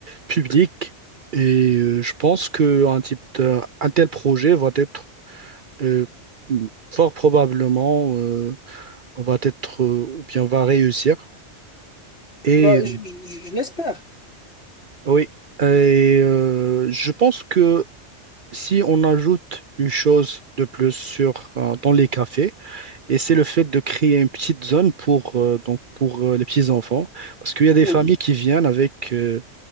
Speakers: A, on the right; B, on the left.
A: publics. Et euh, je pense qu'un type de- un tel projet va être euh, fort probablement. euh, on va être, euh, ou bien on va réussir. Et
B: Bah, je,
A: euh,
B: je- je l'espère,
A: oui, et, euh, je pense que si on ajoute une chose de plus sur, euh, dans les cafés, et c'est le fait de créer une petite zone pour, euh, donc pour euh, les petits enfants, parce qu'il y a des
B: oui,
A: familles qui viennent avec euh,